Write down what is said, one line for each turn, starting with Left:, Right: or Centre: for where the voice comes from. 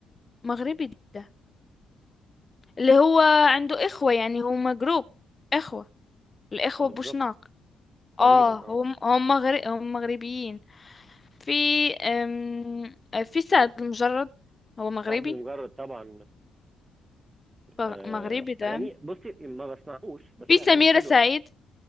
Left: مغربي ده اللي هو عنده اخوة يعني هما جروب اخوة الاخوة
Right: بالظبط
Left: بوشناق
Right: تقريبا
Left: اه هم
Right: اه
Left: هم مغرب هم مغربيين في أم... في سعد المجرد هو مغربي
Right: سعد المجرد طبعا
Left: ف-
Right: آه،
Left: مغربي ده
Right: اغاني بصي ما بسمعوش بس
Left: في
Right: اغانيه
Left: سميرة
Right: حلوه
Left: سعيد
Right: يعني